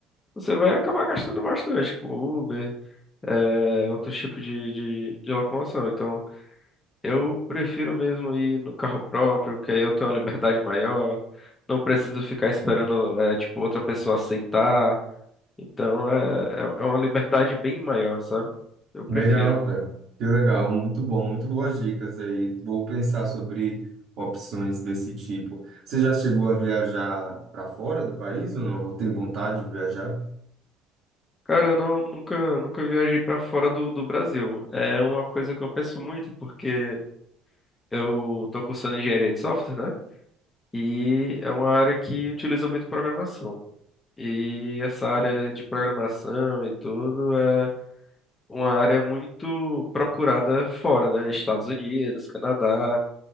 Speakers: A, on the left (about 15°); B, on the right (about 55°).
A: você vai acabar gastando bastante com Uber, é, outros tipos de, de, de locomoção. Então. Eu prefiro mesmo ir no carro próprio, que aí eu tenho uma liberdade maior, não preciso ficar esperando, é, tipo, outra pessoa aceitar. Então é, é é uma liberdade bem maior, sabe? Eu prefiro.
B: Legal, cara. Que legal, muito bom, muito boas dicas aí. Vou pensar sobre opções desse tipo. Você já chegou a viajar para fora do país ou não? Ou tem vontade de viajar?
A: Cara, eu não, nunca, nunca viajei pra fora do, do Brasil. É uma coisa que eu penso muito, porque eu tô cursando engenharia de software, né? E é uma área que utiliza muito programação. E essa área de programação e tudo é uma área muito procurada fora, né? Estados Unidos, Canadá.